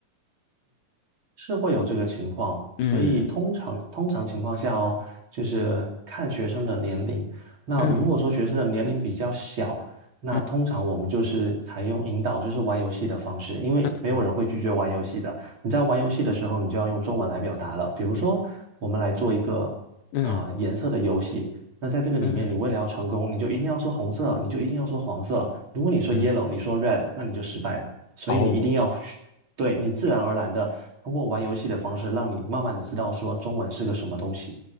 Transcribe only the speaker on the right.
是会有这个情况，
所以通常通常情况下哦，就是看学生的年龄。那如果说学生的年龄比较小，
那通常我们就是采用引导，
就是玩游戏的方式，因为没有人会拒绝玩游戏的。
你在玩游戏的时候，你就要用中文来表达了。比如说，我们来做一个呃颜色的游戏。
那在这个里面，
你为了要成功，你就一定要说红色，你就一定要说黄色。如果你说
yellow，你说 red，那你就失败了。所以你一定要
对你自然而然的通过玩游戏的方式，让你慢慢的知道说中文是个什么东西。